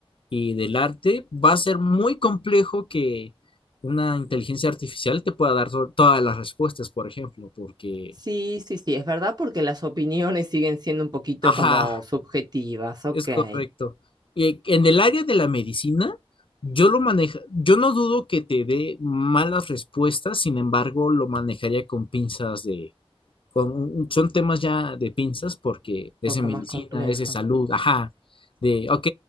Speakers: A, on the left; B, on the right.
A: y del arte, va a ser muy complejo que una inteligencia artificial te pueda dar to- todas las respuestas, por ejemplo, porque,
B: Sí, sí, sí, es verdad porque las opiniones siguen siendo un poquito
A: ajá,
B: como subjetivas, ok,
A: es correcto.
B: un
A: Y en el área de la medicina, yo lo manejo, yo no dudo que te dé malas respuestas, sin embargo, lo manejaría con pinzas de con- son temas ya de pinzas porque es
B: poco
A: de medicina,
B: más complejo.
A: es de salud, ajá, de, ok,